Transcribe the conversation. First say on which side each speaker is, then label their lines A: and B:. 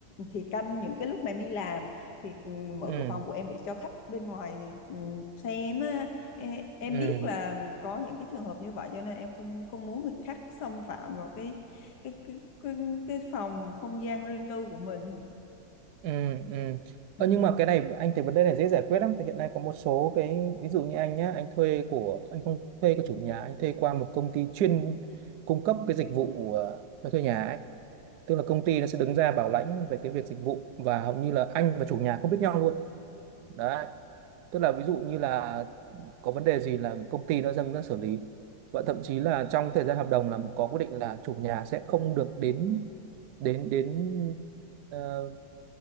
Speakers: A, on the left; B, on the right.
A: thì canh những cái lúc mà em đi làm thì ừm, mở
B: ừ
A: cửa phòng của em để cho khách bên ngoài thì, ừm, xem á. em, em
B: ừ
A: biết là có những cái trường hợp như vậy cho nên em không không muốn người khác xâm phạm vào cái cái cái cái, cái phòng không gian riêng tư của mình
B: ừ ừ
A: ừ
B: Ờ, nhưng mà cái này anh thấy vấn đề này dễ giải quyết lắm tại hiện nay có một số cái ví dụ như anh nhá anh thuê của anh không thuê của chủ nhà anh thuê qua một công ty chuyên cung cấp cái dịch vụ ờ, cho thuê nhà ấy tức là công ty nó sẽ đứng ra bảo lãnh về cái việc dịch vụ và hầu như là anh và chủ nhà không biết nhau luôn đấy tức là ví dụ như là có vấn đề gì là công ty nó dâng ra xử lý và thậm chí là trong thời gian hợp đồng là có quy định là chủ nhà sẽ không được đến đến đến ờ,